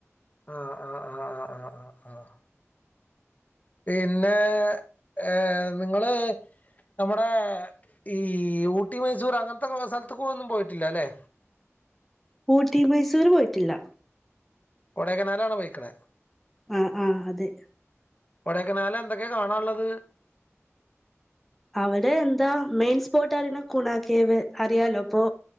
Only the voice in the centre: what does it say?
ഊട്ടി മൈസൂര് പോയിട്ടില്ല
ആഹ് ആഹ് അതെ
അവിടെ എന്താ മെയിൻ സ്പോട്ടാ അറിയണ കുണാക്കെവേ അറിയാലോ അപ്പൊ